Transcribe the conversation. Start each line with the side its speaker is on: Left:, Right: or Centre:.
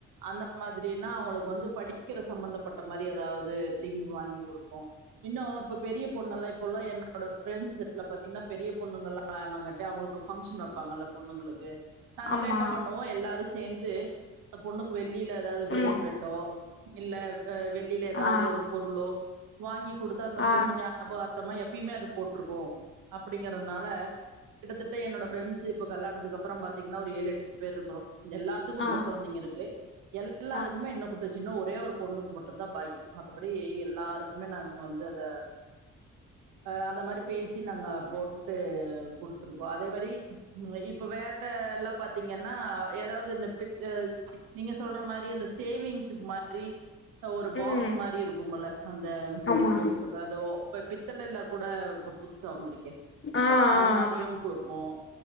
Right: அந்த அது மாதிரின்ன அவங்களுக்கு வந்து படிக்கிற சம்பந்தப்பட்ட மாரி ஏதாவது திங்ஸ் வாங்கி குடுப்போ இன்னு இப்ப பெரிய பொண்ணுல்லா இப்பல என்னோட பிரரெண்ட்ஸ் ல பாத்தீங்கன்னா பெரிய பொண்ணுங்கல்லா வேனாங்கட்ட அவங்களுக்கு பங்க்ஷன் வைப்பாங்கல்ல பொண்ணுங்களுக்கு நாங்கல்லா
Left: ஆமா
Right: என்ன பண்ணுவோ எல்லாரு சேந்து ந்த பொண்ணுக்கு வெள்ளியில ஏதாவது பிரேஸ்லெட்டோ
Left: ம்
Right: இல்ல அ வெள்ளில ஏதாவது
Left: ஆ
Right: ஒரு பொருளோ வாங்கி குடுத்த அந்த
Left: ஆ
Right: பொண்ணு நியா பகர்த்தமா எப்பயுமே அது போட்ருக்கு அப்டிங்கறதுனால கிட்டதட்ட என்னோட பிரஃப்ரெண்ட்ஸ்சு இப்ப கல்யாணத்துக்கப்றோ பாத்தீங்கன்னா ஒரு ஏழு எட்டு பேர் இருக்றோ எல்லாத்துக்கு
Left: ஆ
Right: பொன் கொழந்தைங்க இருக் <unintelligible> எல்லாருக்குமே
Left: ஆ
Right: இன்னும் குடுத்தாச்சு இன்னு ஒரே ஒரு பொண்ணுக்கு மட்டு தா பாக்கி மற்றபடி எல்லாருக்குமே நாங்க வந்து அத ஆ அந்த மாரி பேசி நாங்க போட்டு குடுத்துருக்கோ அதே மாரி இப்ப வேற எல்லா பாத் தீங்கன்னா ஏதாவது இந்த பிட் ஆ நீங்க சொல்ற மாரி இந்த சேவிங்ஸக்கு மாரி ஒரு பாக்ஸ்
Left: ம்
Right: மாரி இருக்குமல அந்த
Left: ஆமா
Right: எப்டி றதோ இப்ப பித்தளள கூட இப் புதுசா வந்திருக்கே
Left: ஆ
Right: அந்த மாரியு
Left: ஆ
Right: குடுப்போ